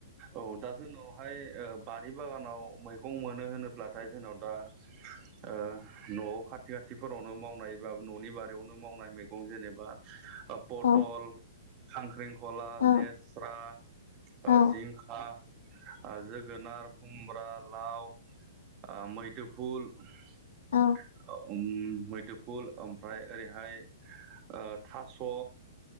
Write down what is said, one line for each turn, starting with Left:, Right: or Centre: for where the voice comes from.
Right: औ दा जोंनावहाय ओ बारि बागानाव मैगं मोनो होनोब्लाथाय जोंनाव दा ओ न'आव खाथि खाथिफोरावनो मावनाय बा न'नि बारियावनो मावनाय मै गं जेनेबा ओ पथल
Left: औ
Right: खांख्रिंखला
Left: औ
Right: लेस्रा
Left: औ
Right: ओ जिंखा <unintelligible> जोगोनार खुमब्रा लाव मैदोफुल
Left: औ
Right: <unintelligible> मैदोफुल ओमफ्राय ओरैहाय ओ थास' ओ